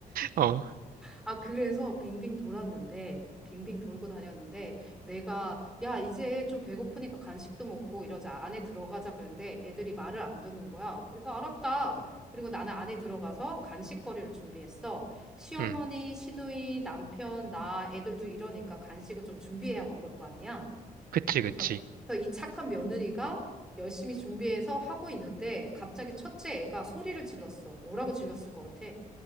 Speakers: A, on the right; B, in the centre.
A: 어,
B: 아, 그래서 빙빙 돌았는데, 빙빙 돌고 다녔는데, 내가, 야, 이제 좀 배고프니까 간식도 먹고 이러자. 안에 들어가자. 그랬는데 애들이 말을 안 듣는 거야. 그래서 알았다. 그리고 나는 안에 들어가서 간식거리를 준비했어. 시어머니,
A: 음,
B: 시누이, 남편, 나, 애들도 이러니까 간식을 좀 준비해야 먹을 거 아니야.
A: 그치,
B: 그래서,
A: 그치.
B: 그래서 이 착한 며느리가 열심히 준비해서 하고 있는데, 갑자기 첫째 애가 소리를 질렀어. 뭐라고 질렀을 것 같아?